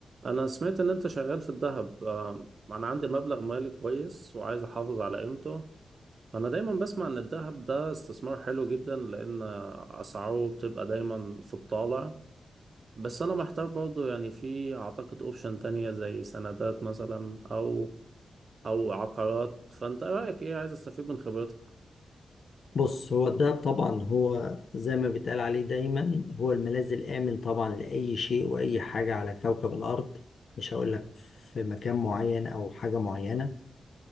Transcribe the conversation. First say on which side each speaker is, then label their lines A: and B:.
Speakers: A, on the right (about 55°); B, on the left (about 65°).
A: انا سمعت ان انت شغال في الذهب آم، انا عندي مبلغ مالي كويس وعايز احافظ على قيمته فانا دايما بسمع ان الذهب ده استثمار حلو جدا لان اسعاره بتبقى دايما في الطالع بس انا محتار برضو يعني في اعتقد اوبشن تانية زي سندات مثلا او او عقارات فانت رايك ايه عايز استفيد من خبرتك
B: بص هو الدهب طبعا هو زي ما بيتقال عليه دايما هو الملاذ الآمن طبعا لأي شيء وأي حاجة على كوكب الأرض مش هقول لك في مكان معين أو حاجة معينة